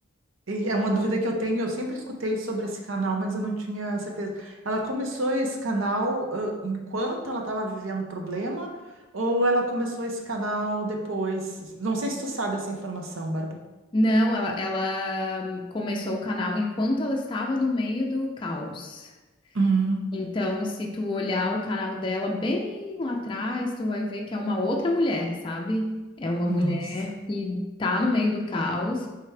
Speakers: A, on the right; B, on the left.
A: E é uma dúvida que eu tenho, eu sempre escutei sobre esse canal, mas eu não tinha certeza. Ela começou esse canal, ãh, enquanto ela estava vivendo o problema, ou ela começou esse canal depois? Não sei se tu sabe essa informação, Bárbara.
B: não, ela, ela hum, começou o canal enquanto ela estava no meio do caos.
A: Hum,
B: Então, se tu olhar o canal dela bem lá atrás, tu vai ver que é uma outra mulher, sabe? É uma
A: nossa.
B: mulher que tá no meio do caos,